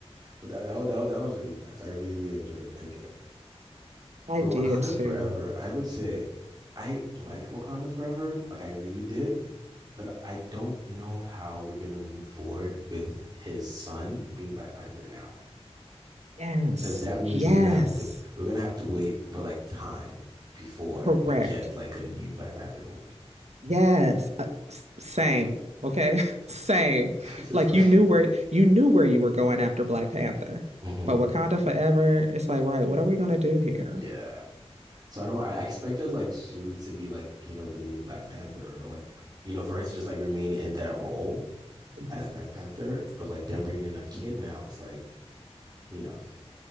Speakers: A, on the right (about 35°); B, on the right (about 80°).
A: but that, that that that was really nice. I really really enjoyed Endgame.
B: I
A: For
B: did
A: Wakanda
B: too.
A: Forever, I would say I liked Wakanda Forever, like I really did, but I don't know how we're gonna move forward with his son being Black Panther now.
B: Yes.
A: because that means
B: Yes.
A: we're gonna have to we're gonna have to wait for like time before
B: Correct.
A: we get like a new Black Panther movie.
B: Yes, uh, s- same. Okay, <laughs> same.
A: <laughs> It's just
B: Like
A: like
B: you knew where you knew where you were going after Black Panther,
A: hmm
B: but Wakanda Forever. It's like, right, what are we gonna do here?
A: Yeah. So I don't. I expected like Zuri to be like you know the new Black Panther or like you know for her to just like remain in that role
B: Mhm.
A: as Black Panther, but like them bringing in a kid now it's like you know.